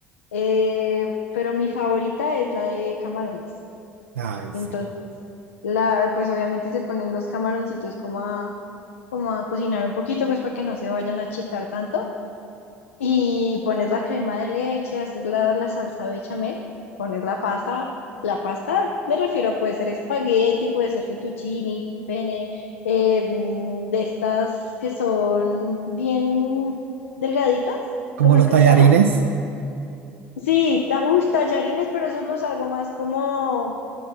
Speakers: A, on the left; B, on the right.
A: eh, pero mi favorita es la de camarones.
B: Ay,
A: Entonces,
B: sí.
A: la, pues obviamente se ponen los camaroncitos como a, como a cocinar un poquito, pues para que no se vayan a achicar tanto. Y pones la crema de leche, haces la, la salsa bechamel, pones la pasta. La pasta, me refiero, puede ser espagueti, puede ser fettuccini, pene, eh, mm, de estas que son bien delgaditas.
B: ¿Como
A: ¿Cómo
B: los
A: es que
B: tallarines?
A: se llaman? Sí, ta, uy, tallarines, pero esos los hago más como